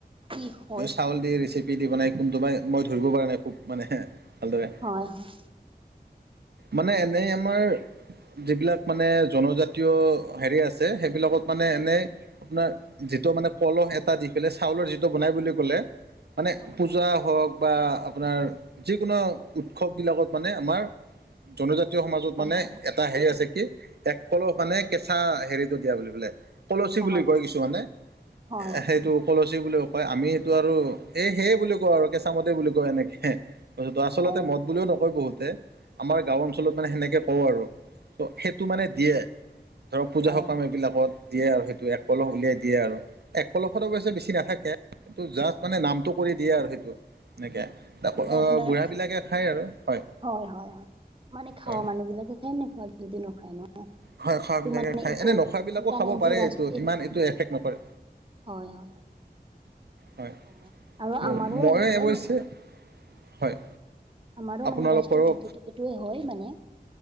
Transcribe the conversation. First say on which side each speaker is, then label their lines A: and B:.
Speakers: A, on the right; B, on the right.
A: <unintelligible>
B: চাউল দি ৰেচিপি দি বনাই কোনটো বাই মই ধৰিব পৰা নাই খুব মানে ভালদৰে।
A: হয়-হয়।
B: মানে এনেই আমাৰ যিবিলাক মানে জনজাতীয় হেৰি আছে সেইবিলাকত মানে এনে আপোনাৰ যিটো মানে কলহ এটা দি পেলাই চাউলৰ যিটো বনাই বুলি কলে। মানে
A: হয়
B: পূজা হওক বা আপোনাৰ যিকোনো উৎসৱবিলাকত মানে আমাৰ জনজাতীয় সমাজত
A: হয়
B: মানে
A: হয়
B: এটা হেৰি আছে কি একলপ মানে কেঁচা হেৰিটো দিয়া বুলি বোলে। কলচি
A: হয়
B: বুলি কয় কিছুমানে
A: হয়
B: সেইটো কলচী বুলি কয় আমি এইটো আৰু এই সেয়ে বুলি কও আৰু কেঁচামতে বুলি কয় এনেকে। ত, আচলতে
A: অ
B: মদ বুলিও নকয় বহুতে। আমাৰ গাঁও অঞ্চলত মানে সেনেকে কও আৰু। ত' সেইটো মানে দিয়ে ধৰক পূজা
A: অ
B: সকাম এইবিলাকত। দিয়ে আৰু সেইটো এক কলশ উলিয়াই দিয়ে আৰু। এক কলশত অৱশ্যে বেছি নাথাকে। এইটো জাষ্ট মানে নামটো কৰি দিয়ে আৰু সেইটো। এনেকে, তাৰ উপৰত
A: মানে আপোনাৰ
B: বুঢ়াবিলাকে খায় আৰু, হয়।
A: হয় - হয় - হয়, মানে খাও
B: হয়
A: মানুহ বিলাকে খায় নে খোৱ যদি নখায় ন।
B: হয় খোৱা
A: এইটো
B: বিলাকে
A: মানে
B: খাই,
A: একো
B: এনে নোখোৱা বিলাকো
A: এনেকা
B: খাব
A: নাই
B: পাৰে
A: যে ৰাষ্ট
B: এইটো ইমান এইটো এফেক্ট নকৰে।
A: হয়, হয়,
B: হয়,
A: অ আৰু
B: ত'
A: আমাৰো
B: মই
A: সেনেকে
B: অৱশ্যে,
A: মানে
B: হয়,
A: আমাৰ
B: আপোনালোকৰো
A: মানে ৰাষ্ট্ৰীয় খাদ্যটো এইটোয়েই হয় মানে,